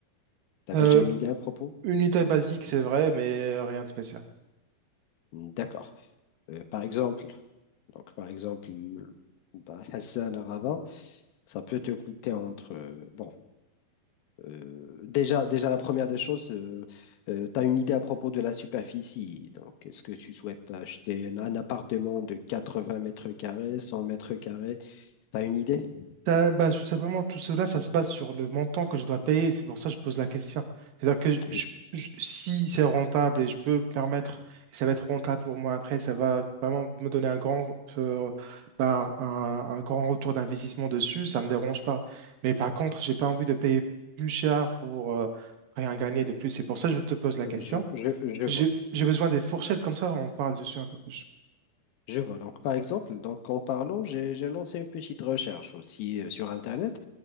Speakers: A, on the left; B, on the right.
A: Tu as
B: Euh,
A: déjà une idée à propos?
B: Une unité basique, c'est vrai, mais euh, rien de spécial.
A: D'accord. Euh, par exemple, donc par exemple, bah, Hassan Arava, ça peut te coûter entre. euh, bon, euh, déjà, déjà, la première des choses, tu as une idée à propos de la superficie. Donc, est-ce que tu souhaites acheter un, un appartement de 80 mètres carrés, 100 mètres carrés? Tu as une idée?
B: Euh, bah, tout simplement, tout cela, ça se base sur le montant que je dois payer. C'est pour ça que je pose la question. C'est-à-dire que je-
A: Oui.
B: je- je- si c'est rentable et je peux me permettre, et ça va être rentable pour moi après, ça va vraiment me donner un grand, euh, bah, un, un grand retour d'investissement dessus, ça me dérange pas. Mais par
A: Oui.
B: contre, j'ai pas envie de payer plus cher pour euh, rien gagner de plus. C'est pour ça que je te pose la
A: Euh,
B: question.
A: Je, je, je
B: J'ai
A: vois.
B: j'ai besoin des fourchettes, comme ça on parle dessus un peu plus.
A: Je vois. Donc, par exemple, donc, en parlant, j'ai j'ai lancé une petite recherche aussi euh, sur Internet